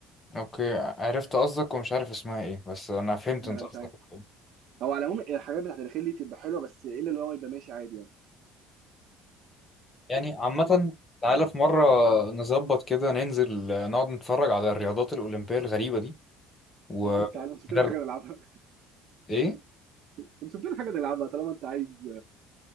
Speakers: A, on the left (about 20°); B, on the right (about 45°).
A: اوكي عرفت قصدك ومش عارف اسمها ايه بس انا فهمت
B: لا
A: انت
B: لا
A: قصدك
B: مش عارف
A: إيه.
B: هو على العموم الحاجات بتاعت الخيل دي تبقى حلوه بس الا اللي هو يبقى ماشي عادي يعني
A: يعني عامة تعالى في مرة نظبط كده ننزل آه، نقعد نتفرج على الرياضات الأولمبية الغريبة دي و
B: يا عم تعالى نشوف
A: ندرب-
B: لنا حاجه نلعبها
A: ايه
B: <laughs> نشوف لنا حاجه نلعبها طالما انت عايز